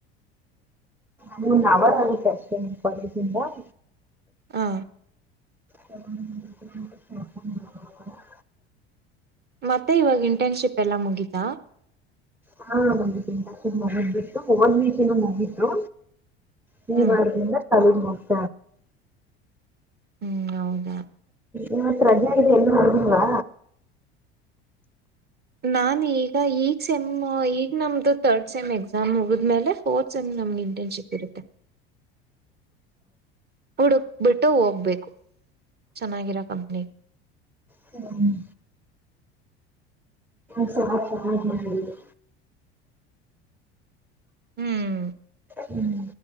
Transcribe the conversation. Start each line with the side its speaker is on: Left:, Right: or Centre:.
Centre: ನೀ ನವಷ್ಟೇ ಕಾಲೇಜಿಂದ ವ <inaudible>
Right: ಹ
Centre: <unintelligible>
Right: ಮತ್ತೆ ಇವಾಗ ಇಂಟರ್ನ್ಶಿಪ್ ಎಲ್ಲಾ ಮುಗಿತಾ
Centre: ಹಾ ಒಂದು ತಿಂಕ ಮಗದ್ ಬಿಟ್ಟು ಓನ್ ವೀಕ್ ಏನ ಮುಗು ನೀನ್
Right: ಹ್ಮ್
Centre: ಮಾಡ್ದೆನಾ ತಳ ಮೋತ
Right: ಹ್ಮ್ ಹೌದಾ
Centre: ಇವತ್ತು ರಜಾ ಇದೆ ಎಲ್ಲೂ ಹೋಗಿಲ್ವಾ
Right: ನಾನ್ ಈಗ ಈಗ ಸೆಮ್ ಈಗ ನಮ್ದು ತರ್ಡ್ ಸೆಮ್ ಎಕ್ಸ ಎಸಾಮ್ ಹಗಿದ್ಮೇಲೆ ಫೋರ್ ಸೈಮ್ ನಮಗೆ ಇಂಟರ್ನ್ಶಿಪ್ ಇರುತ್ತೆ ಹಡುಕ್ ಬಿಟ್ಟು ಹೋಗ್ಬೇಕು ಚೆನ್ನಾಗಿರೋ ಕಂಪ್ನಿ
Centre: ಹ್ಮ್ <unintelligible> ಸರ್ ಚೆನ್ನಾಗ್ ಮಾಡಿದ್ರು
Right: ಹ್ಮ್
Centre: ಹ್ಮ್